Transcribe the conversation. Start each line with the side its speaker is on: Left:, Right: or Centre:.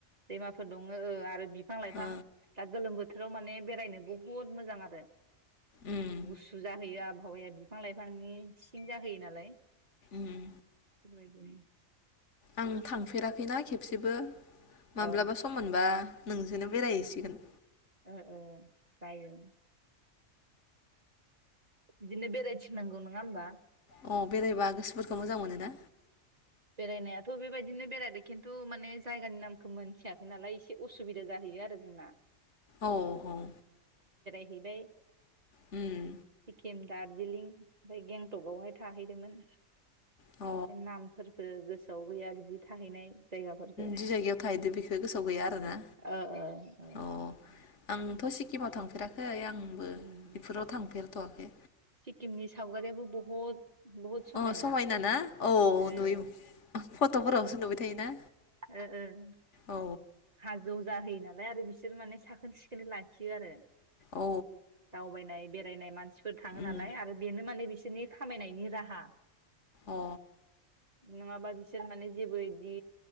Right: दैमाफोर दङ ओ आरो बिफां लाइफां
Left: ओ
Right: दा गोलोम बोथोर बोथोराव माने बेरायनो बुहुत मोजां आरो।
Left: उम
Right: गुसु जाहोयो आबहावाया बिफां लाइफांनि सिन जाहोयो नालाय। नालाय
Left: ओम
Right: इफोरबादिनो
Left: आं थांफेराखैना खेबसेबो। माब्लाबा
Right: ओ
Left: सम मोनबा नोंजोंनो बेरायहैसिगोन।
Right: ओ ओ जायो बिदिनो बेरायथिंनांगौ नङा होमबा?
Left: अ बेरायबा गोसोफोरखौ मोजां मोनोना।
Right: बेरायनायाथ' बेबायदिनो बेरायदों खिनथु माने जायगानि नामखौ मोनथियाखै नालाय एसे असुबिदा जाहैयो आरो जोंना।
Left: औ औ
Right: हेबाय
Left: उम
Right: एखेयानो। दार्जिलिं ओमफ्राय गेंंटकआवहाय थाहैदोंमोन।
Left: अ
Right: नाम ओ गोसोआव गैया बिदि थाहैनाय जायगाफोरखो
Left: जि जायगायाव थाहैदो बेखो गोसोआव गैया आरोना
Right: ओ ओ ओ
Left: अ आंथ' सिक्किमाव थांफेराखै। ओइ आंबो
Right: उम
Left: बेफोराव थांफेर -थ'वाखै
Right: सिक्किमनि सावगारियाबो बहुद बहुद समायना
Left: अ ना औ
Right: ओं
Left: नुयो फट'फोरावसो नुबाय थायोना।
Right: ओ ओं
Left: औ
Right: हाजो बुरजा होयो नालाय आरो बिसोर माने साखोन सिखोनै लाखियो आरो।
Left: औ
Right: दावबायनाय बे जायनाय मानसि बोखाङो
Left: उम
Right: नालाय आरो बेनो माने बिसोर बिनि खामायनायनि राहा
Left: अ
Right: नोङाबा बिसोर माने जेबो इदि